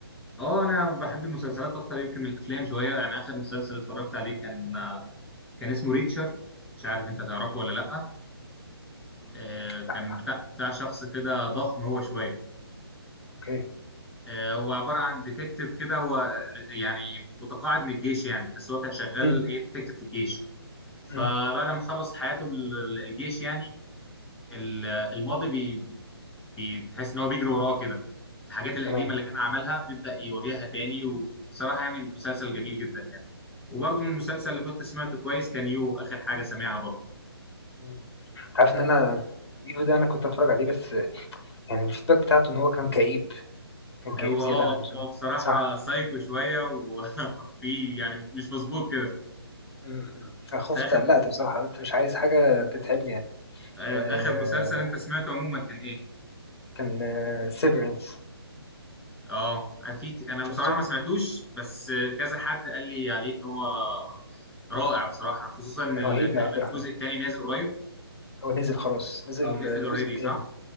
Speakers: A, in the centre; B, on the left.
A: اه أنا بحب المسلسلات أكتر يمكن من الأفلام شوية يعني آخر مسلسل اتفرجت عليه كان آه، كان اسمه ريتشر مش عارف أنت تعرفه ولا لأ
B: مم،
A: آه، كان
B: لا
A: بتاع بتاع شخص كده ضخم هو شوية
B: اوكي
A: آه، هو عبارة عن ديتكتيف كده هو يعني متقاعد من الجيش يعني بس هو كان شغال
B: مم،
A: إيه ديتكتيف في الجيش فبعد
B: مم،
A: ما خلص حياته ال- الجيش يعني ال- الماضي بي بي- بتحس ان هو بيجري وراه كده الحاجات القديمه
B: تمام
A: اللي كان عملها بيبدا يواجهها تاني وبصراحه يعني مسلسل جميل جدا يعني وبرضه من المسلسل اللي كنت سمعته كويس كان يو اخر حاجه سامعها برضه
B: مم. عارف ان انا يو ده انا كنت اتفرج عليه بس يعني الفيدباك بتاعته ان هو كان كئيب كان كئيب
A: هو
B: زيادة
A: اه
B: عن اللزوم
A: هو بصراحه
B: صح
A: سايكو شويه وفي <laughs> يعني مش مظبوط كده
B: مم. فخفت
A: انت اخر
B: قلقت بصراحة قلت مش عايز حاجة تتعبني يعني
A: آه،
B: آه
A: اخر مسلسل انت سمعته عموما كان ايه
B: كان سيفرنس
A: اه في ك- انا
B: شفته
A: بصراحه ما سمعتوش بس كذا حد قال لي عليه ان هو رائع بصراحه خصوصا ان
B: رهيب
A: ال- تقريبا
B: يا عبد الرحمن
A: الجزء الثاني نازل قريب
B: هو نزل خلاص نزل
A: او نزل
B: الجزء
A: اوريدي
B: الثاني
A: صح